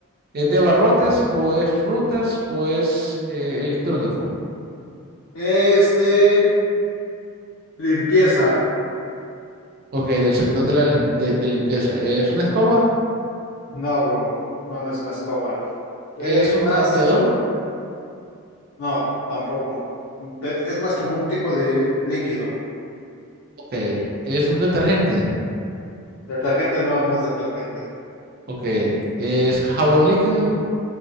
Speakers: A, on the right (about 45°); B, on the left (about 70°).
A: es de abarrotes o es frutas o es eh, electrónico?
B: Es de limpieza.
A: Ok, del sector de la lim- de, de limpieza. ¿Es una escoba?
B: No, bro, no, no es una escoba. Es
A: ¿Es un
B: más
A: trapeador?
B: un, no, tampoco. Te- Es más como un tipo de líquido.
A: Ok. ¿Es un detergente?
B: Detergente, no, no es detergente.
A: Ok. ¿Es jabón líquido?